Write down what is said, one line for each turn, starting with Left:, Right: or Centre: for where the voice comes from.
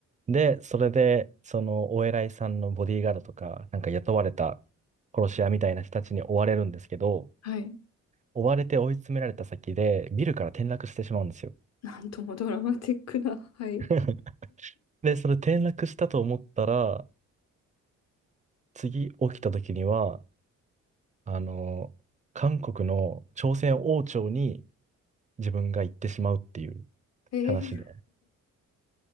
Right: で、それで、その、お偉いさんのボディーガードとか、なんか雇われた殺し屋みたいな人たちに追われるんですけど、
Left: はい。
Right: 追われて追い詰められた先で、ビルから転落してしまうんですよ。
Left: なんともドラマティックな。はい。
Right: <laughs> で、それ転落したと思ったら、次起きた時には、あの、韓国の朝鮮王朝に自分が行ってしまうっていう
Left: え
Right: 話で。